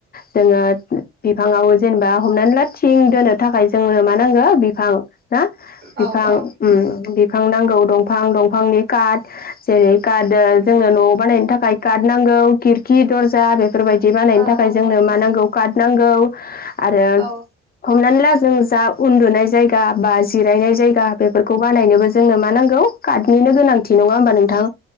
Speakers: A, on the left; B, on the right.
A: जोंङो बिफांङाव जेनेबा हमनानै ला थिं दोननो थाखाय जोंनो मा नांगो बिफां ना
B: औ
A: बिफां
B: औ
A: उम बिफां नांगौ दंफां- दंफां बिफांनि कार्ड जेरै कार्ड जोंनो न'आव बानायनो थाखाय कार्ड नांगौ खिरखि दर्जा बे बेफोरबायदि बानायनो
B: औ
A: थाखाय जोंनो मा नांगौ नांगौ आरो
B: औ
A: हमनानै ला जों जा उन्दुनाय जायगा बा जिरायनाय जायगा बेफोरखौ बानायनोबो जोंनो मा नांगौ कार्डनिनो गोनांथि नंङा होमबा नोंथां